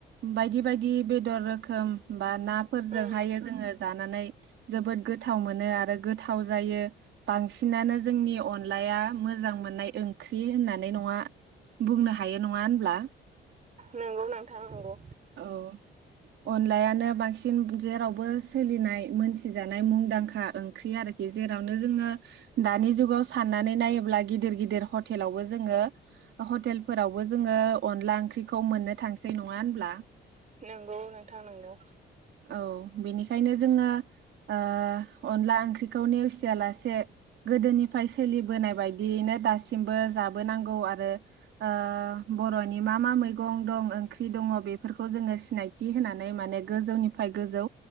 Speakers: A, on the right (about 70°); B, on the right (about 35°).
A: बायदि बायदि बेदर रोखोम बा फोरजोंहायो
B: उम
A: जोङो जानानै जोबोद गोथाव मोनो आरो गोथाव जायो बांसिनानो जोंनि अनलाया मोजां मोननाय ओंख्रि होननानै नङा बुंनो ह हायो नङा होनब्ला?
B: नोंगौ नोंथां नोंगौ
A: औ अनलायानो बांसिन जेरावबो सोलिनाय मोनथिजानाय मुंदांखा ओंख्रि आरोखि जेरावनो जोङो दानि जुगाव साननानै नायोब्ला गिदिर गिदिर हटेलावबो जोङो हटेलफोरावबो जोङो अनला ओंख्रिखौ मोननो थांसै नङा होनब्ला
B: नोंगौ नोंथां नोंगौ
A: औ बेनिखायनो जोङो ओ अनला ओंख्रिखौ नेवसियालासे गोदोनिफ्राय सोलिबोनाय बायदियैनो दासिमबो जाबोनांगौ आरो ओ बर'नि मा मा मैगं दं ओंख्रि दङ बे फोरखौ जोङो सिनायथि होनानै माने गोजौनिफाय गोजौ